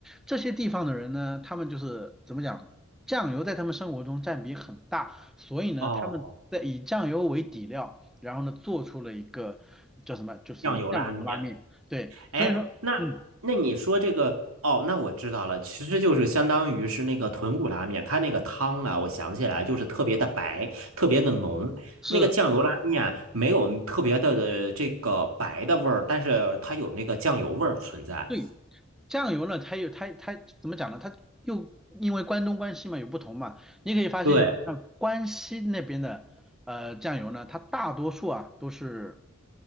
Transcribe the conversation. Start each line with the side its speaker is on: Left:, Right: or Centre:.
Centre: 这些地方的人呢，他们就是怎么讲，酱油在他们生活中占比很大，所以呢，
Right: 哦，
Centre: 他们在以酱油为底料。然后呢，做出了一个叫什么，就是酱油拉面。
Right: 酱油拉面，
Centre: 对，所以说，
Right: 哎，那那你说这个，
Centre: 嗯，
Right: 哦，那我知道了，其实就是相当于是那个豚骨拉面，它那个汤啊，我想起来就是特别的白，特别的浓，
Centre: 是
Right: 那个酱油拉面没有特别的的这个白的味儿，但是它有那个酱油味儿存在。
Centre: 对酱油呢，它有它它怎么讲呢？它又因为关东关西嘛有不同嘛，你可以发现就是像关西那边的呃酱油呢，
Right: 对，
Centre: 它大多数啊都是